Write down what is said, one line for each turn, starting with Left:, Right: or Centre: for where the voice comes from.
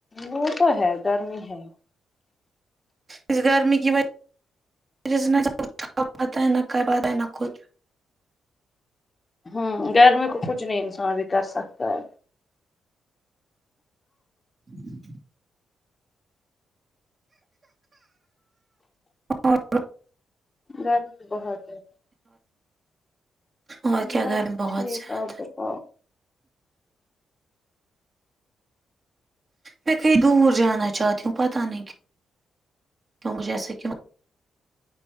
Left: وہ تو ہے گرمی ہے
Right: اس گرمی کی وجہہ سے ہے نہ کہ پتہ ہے نہ کر پتہ ہے نہ کچھ
Left: ہوں گھر میں کو کچھ نہیں انسان بھی کر سکتا ہے
Right: ہ <inaudible> اور
Left: گرمی بہت ہے
Right: اور کیا
Left: بس
Right: گرمی بہت
Left: ٹھیک
Right: زیادہ
Left: ہے آپ بتاؤ
Right: میں کہیں دور جانا چاہتی ہوں پتا نہیں کیوں مجھے ایسا کیوں